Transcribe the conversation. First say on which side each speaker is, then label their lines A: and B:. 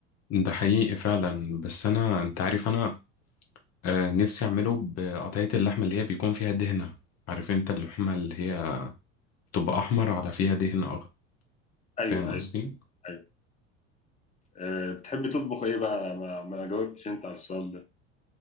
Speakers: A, on the left; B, on the left.
A: ده حقيقي فعلا بس انا انت عارف انا آه، نفسي اعمله بقطعية اللحمة اللي هي بيكون فيها دهنة عارف انت اللحمة اللي هي تبقى احمر على فيها دهن اخضر
B: أيوه
A: فاهم
B: أيوه
A: قصدي
B: أيوه آه، بتحب تطبخ إيه بقى؟ أنا ما ما جاوبتش أنت على السؤال ده